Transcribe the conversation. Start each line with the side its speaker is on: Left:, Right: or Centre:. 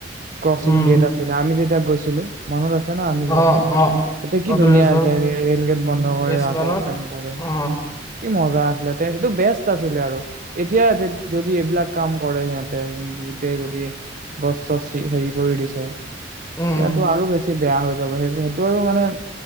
Right: ক্ৰচিং
Left: উম
Right: গেট আছিলে আমি যেতিয়া গৈছিলো মনত আছে। আছে ন আমি
Left: অ
Right: যোৱাতে। তেতিয়া
Left: অ
Right: কি
Left: অ দুইহেজাৰ
Right: ধুনীয়াছে ৰেল গেট বন্ধ কৰে
Left: তেইছ
Right: আকৌ
Left: মানত
Right: অপেন কৰে।
Left: অ
Right: কি মজা আছিলে সেইটো বেষ্ট আছিলে আৰু এতিয়া যদি এইবিলাক কাম কৰে সিহঁতে গোটেই যদি গছ চছ হেৰি কৰি দিছে।
Left: উম
Right: এয়াতো আৰু বেছি বেয়া হৈ যাব সেই টো আৰু মানে